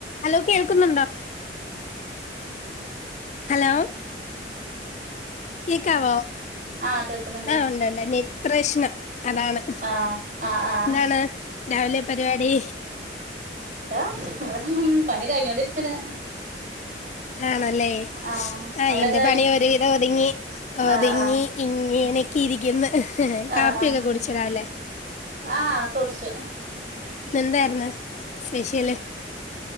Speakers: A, on the left (about 40°); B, on the right (about 45°).
A: Hello കേൾക്കുന്നുണ്ടോ hello കേക്കാവോ
B: ആഹ് കേൾക്കുന്നുണ്ട്
A: ആ ഉണ്ട് ഉണ്ട് <unintelligible> പ്രശ്നം അതാണ്
B: ആഹ് ആഹ് ആഹ്
A: എന്താണ് രാവിലെ പരിവാടി
B: ഇതാ പണി കഴിഞ്ഞോണ്ടിര്ക്ക്ണ്
A: ആണല്ലേ
B: ആഹ്
A: ആ
B: അവിടൊക്കെ
A: എന്റെ
B: കഴി
A: പണി ഒരുവിധം ഒതുങ്ങി ഒതുങ്ങി
B: ആഹ് ആഹ്
A: ഇങ്ങനെക്കെ ഇരിക്കുന്ന് കാപ്പിയൊക്കെ
B: ആഹ് ആഹ്
A: കുടിചോ രാവിലെ
B: ആഹ് കുടിച്ചു
A: എന്തായിരുന്ന് സ്പെഷ്യല്